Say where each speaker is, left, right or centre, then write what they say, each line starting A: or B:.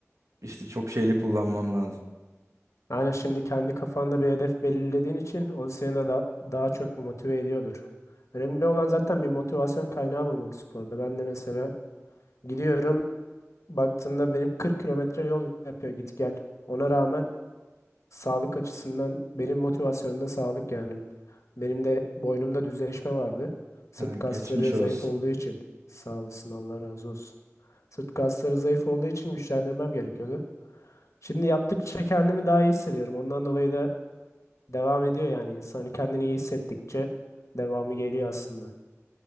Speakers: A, on the right; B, on the left.
A: İşte çok şeyli kullanmam lazım.
B: Yani şimdi kendi kafanda bir hedef belirlediğin için o seni de da- daha çok motive ediyordur. Önemli olan zaten bir motivasyon kaynağı bulmak sporda. Ben de mesela gidiyorum baktığında benim 40 kilometre yol yapıyor git gel. Ona rağmen sağlık açısından benim motivasyonumda sağlık yani. Benim de boynumda düzleşme vardı. Sırt
A: Ha, geçmiş
B: kasları
A: olsun.
B: zayıf olduğu için sağ olasın Allah razı olsun. Sırt kasları zayıf olduğu için güçlendirmem gerekiyordu. Şimdi yaptıkça kendimi daha iyi hissediyorum. Ondan dolayı da Devam ediyor yani insan hani kendini iyi hissettikçe devamı geliyor aslında.